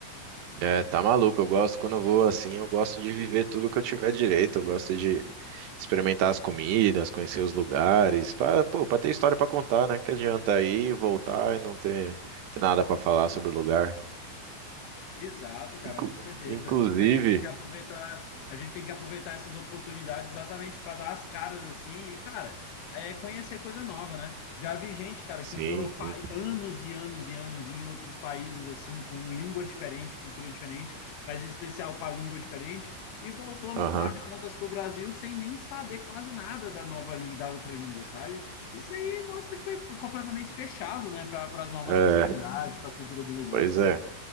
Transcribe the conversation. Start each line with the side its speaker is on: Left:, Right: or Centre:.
Right: É, tá maluco. Eu gosto quando eu vou assim, eu gosto de viver tudo que eu tiver direito. Eu gosto de experimentar as comidas, conhecer os lugares, para, pô, para ter história para contar, né? Que adianta ir, voltar e não ter, ter nada para falar sobre o lugar.
Left: Exato, cara,
Right: Inclu-
Left: com certeza.
Right: inclusive,
Left: A gente tem que aproveitar, a gente tem que aproveitar essas oportunidades exatamente para dar as caras assim e, cara, é conhecer coisa nova, né? Já vi gente, cara,
Right: sim,
Left: que morou pa-
Right: sim.
Left: anos e anos e anos em outros países assim, com língua diferente, cultura diferente, mas em especial com a língua diferente, e voltou no
Right: Aham.
Left: final de contas para o Brasil sem nem saber quase nada da nova língua, da outra língua, sabe? Isso aí mostra que foi completamente fechado, né, para as novas
Right: É,
Left: possibilidades, para a cultura do lugar.
Right: pois é.